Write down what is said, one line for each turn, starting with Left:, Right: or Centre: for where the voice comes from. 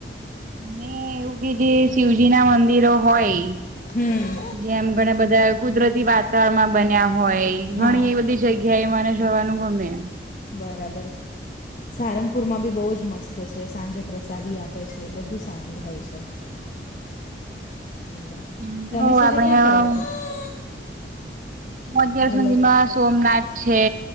Right: અને એવું કે જે શિવજી ના મંદિરો હોય.
Left: હમ.
Right: જેમ ઘણા બધા કુદરતી વાતાવરણમાં બન્યા હોય
Left: હા
Right: ઘણી એવી બધી. જગ્યા એ મને જવાનું ગમે.
Left: બરાબર. સારંગપુરમાં બી બહુ જ મસ્ત છે સાંજે પ્રસાદી આપે છે બધું સારું હોય છે. એટલે
Right: એમ
Left: તમે છેલ્લે
Right: આપણી
Left: ક્યાં ફરવા
Right: આ.
Left: ગયા
Right: અત્યાર
Left: હલો
Right: સુધીમાં સોમનાથ છે